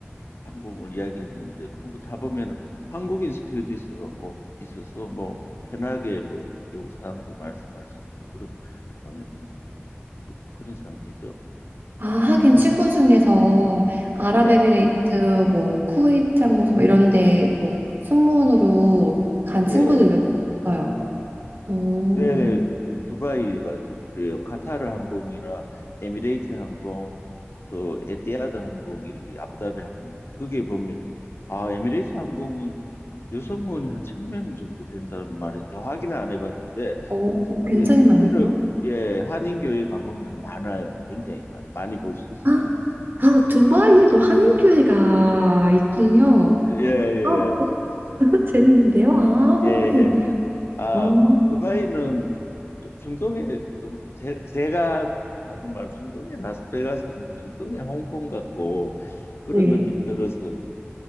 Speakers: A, on the left; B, on the right.
A: 항공을 이야기했는데 그런 거 다 보면은 한국인 스튜어디스가 꼭 있어서 뭐 편하게 뭐 요구사항도 말씀할 수 있는 그런 어, 어, 그- 그런 상태죠.
B: 아, 하긴 친구 중에서 아랍에미레이트,
A: 예,
B: 뭐 쿠웨이트 항공사 막 이런 데뭐 승무원으로 간
A: 예.
B: 친구들 몇 있어요. 오,
A: 네네, 두- 두바이가 좀 그래요. 카타르 항공이나 에미레이트 항공, 또 에티하드 항공, 이렇게 아부다비 항공인데, 그게 보면, 아, 에미레이트 항공은 여성원이 한 천명 정도 된다는 말인데 확인은 안 해봤는데
B: 오,
A: 실제,
B: 굉장히
A: 실제로
B: 많네요.
A: 예 한인교회 가보면 많아요. 굉장히 많아요. 많이 볼 수 있어요.
B: 아, 아, 두바이에도 한인교회가 있군요.
A: 예예
B: 어, <laughs> 재밌는데요. 아,
A: 뭐두예아
B: 하긴. 어,
A: 두바이는 좀 중동에 좀 제, 제가 하는 말 중동에 라스베가스 뭐 중동에 홍콩 같고 그런
B: 네.
A: 느낌이 들어서